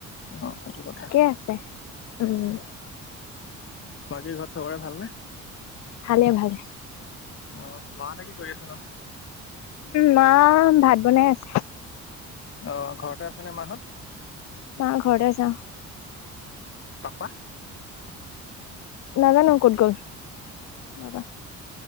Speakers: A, on the left; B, on the left.
A: অ সেইটো কথা
B: ঠিকেই আছে, উম
A: বাকীৰ ঘৰত চবৰে ভালনে?
B: ভালে ভালে।
A: অ মাহ'তে কি কৰি আছে নো?
B: মা ভাত বনাই আছে।
A: অ' ঘৰতে আছেনে মাহঁত?
B: মা ঘৰে আছে অ'
A: পাপা
B: নাজানো ক'ত গ'ল দাবা